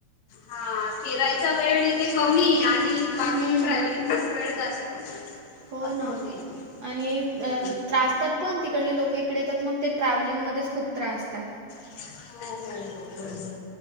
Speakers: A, on the left; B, on the right.
A: हा, फिरायचा वेळ इथे कमी आणि बाकीन
B: हम्म,
A: ट्रॅव्हलिंगचाच वेळ जास्त,
B: हो
A: असं
B: ना
A: होते इथे.
B: आणि
A: हम्म.
B: त्रासतात पण तिकडले लोक इकडे येतात. मग ते ट्रॅव्हलिंगमध्येच खूप त्रासतात.
A: हो हो हो. बरोबर आहे.